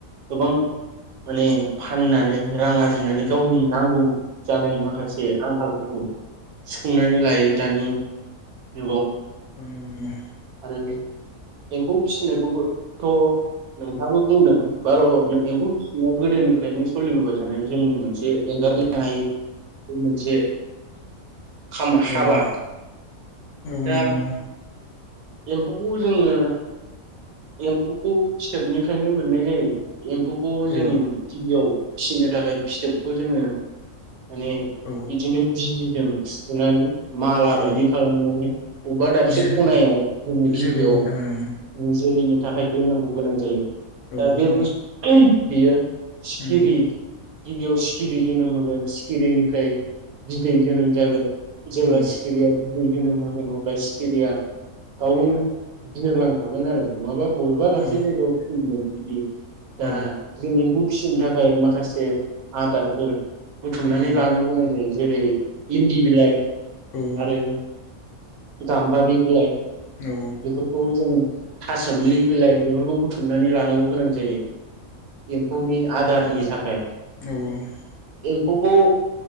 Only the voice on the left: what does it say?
ओ नंगौ-नंगौ
औ औ औ
नंगौ नंगौ
औ
औ
औ
जिखुनु
जोलैनि थाखाय
ओं
औ
औ नंगौ
उम औ
औ
औ
उम
औ
औ
औ।